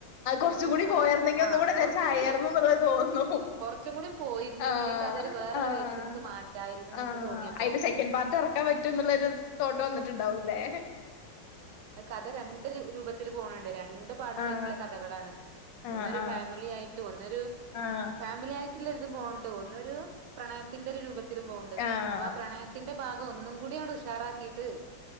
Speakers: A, on the left; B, on the right.
A: അത് കൊറച്ചും
B: ഒന്നും
A: കുടി
B: കൂടി
A: പോയരുന്നെങ്കിൽ
B: ആഹ്
A: ഒന്നും കൂടെ
B: കുറച്ചും
A: രസ ആയരുന്നു
B: കൂടി
A: എന്നുള്ളത് തോന്നുന്നു.
B: കുറച്ചും കൂടി പോയിരുന്നെങ്കിൽ
A: ആഹ്
B: ഈ കഥ ഒരു വേറൊരു
A: ആഹ്
B: വേർഷനിക്ക് മാറ്റായിരുന്നുന്ന്
A: ആഹ്
B: എനിക്ക് തോന്നിയപ്പോ
A: അയിന്റെ സെക്കൻഡ് പാർട്ട് എറക്കാൻ പറ്റും എന്നുള്ളൊരു തോട്ട് വന്നിട്ടുണ്ടാവുംല്ലേ?
B: അ കഥ രണ്ട് രൂ രൂപത്തില് പോണണ്ട് രണ്ട് പാർട്ട്സായിട്ടുള്ള
A: ആഹ്
B: കഥകളാണ്
A: ആഹ്
B: ഒന്ന് ഒരു
A: ആഹ്
B: ഫാമിലി ആയി ട്ട് ഒന്നൊരു
A: ആഹ്
B: ഫാമിലി ആയിട്ടുള്ള ഒരിതും പോവ്ണ്ട് ഒന്ന് ഒരു പ്രണയത്തിന്റെ ഒരു രൂപത്തിലും പോവ്ണ്ട്
A: ആഹ്
B: അപ്പൊ ആ പ്രണയ ത്തിന്റെ ഭാഗം ഒന്നും കൂടി അങ്ങട് ഉഷാറാക്കീട്ട്